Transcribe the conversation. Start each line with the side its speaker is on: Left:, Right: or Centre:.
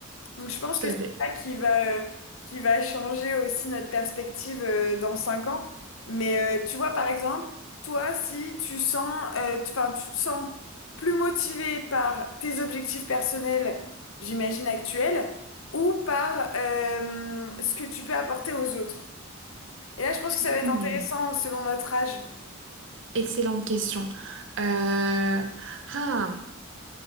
Left: Donc je pense
Right: tout
Left: que
Right: à
Left: c'est
Right: fait.
Left: ça qui va, euh, qui va changer aussi notre perspective euh, dans cinq ans. Mais euh, tu vois, par exemple, toi, si tu sens, enfin, tu te sens plus motivé par tes objectifs personnels, j'imagine, actuels, ou par euh, ce que tu peux apporter aux autres. Et là, je pense que ça va être
Right: Mm.
Left: intéressant selon notre âge.
Right: Excellente question. Euh, Ah,